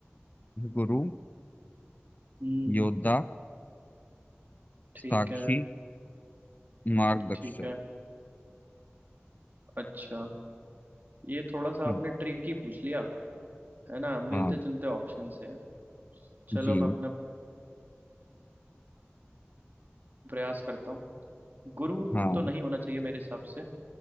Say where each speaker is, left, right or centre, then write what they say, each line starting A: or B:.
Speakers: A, on the left; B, on the right.
A: गुरु
B: हम्म
A: योद्धा
B: ठीक
A: साक्षी
B: है
A: मार्गदर्शक
B: ठीक है अच्छा ये थोड़ा सा
A: हम्म,
B: आपने ट्रिक ही पूछ लिया है ना मिलते
A: हाँ
B: जुलते ऑप्शन से है चलो
A: जी
B: मैं अपना प्रयास करता हूँ गुरु
A: हाँ
B: तो नहीं होना चाहिए मेरे हिसाब से